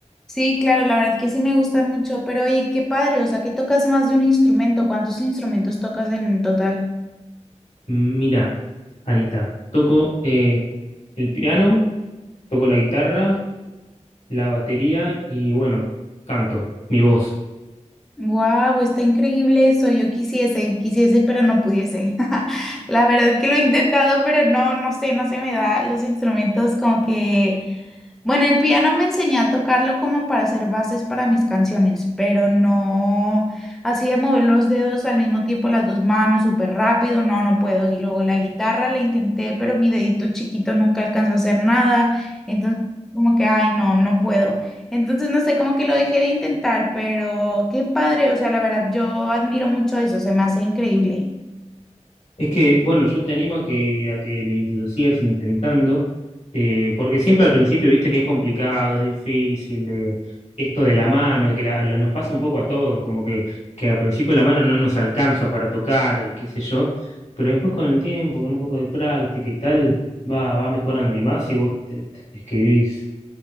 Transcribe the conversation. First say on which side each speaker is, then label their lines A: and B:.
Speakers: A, in the centre; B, on the left.
A: Sí, claro, la verdad que sí me gusta mucho, pero oye, qué padre, o sea, que tocas más de un instrumento, ¿cuántos instrumentos tocas en total?
B: Mira, Anita, toco eh, el piano, toco la guitarra la batería y bueno, canto, mi voz.
A: Wow, está increíble eso. Yo quisiese, quisiese, pero no pudiese. <laughs> La verdad que lo he intentado, pero no, no sé, no se me da los instrumentos como que. Bueno, el piano me enseñé a tocarlo como para hacer bases para mis canciones, pero no así de mover los dedos al mismo tiempo, las dos manos súper rápido, no, no puedo. Y luego la guitarra la intenté, pero mi dedito chiquito nunca alcanzó a hacer nada. Entonces, como que, ay, no, no puedo. Entonces, no sé, como que lo dejé de intentar, pero qué padre, o sea, la verdad, yo admiro mucho eso, se me hace increíble.
B: Es que, bueno, yo te animo a que, a que lo lo sigas intentando, eh, porque siempre al principio viste que es complicado, es difícil, de, esto de la mano, de que la- lo- nos pasa un poco a todos, como que, que al principio la mano no nos alcanza para tocar y qué sé yo, pero después con el tiempo, con un poco de práctica y tal, va, va mejorando y más si vos te- te escribís,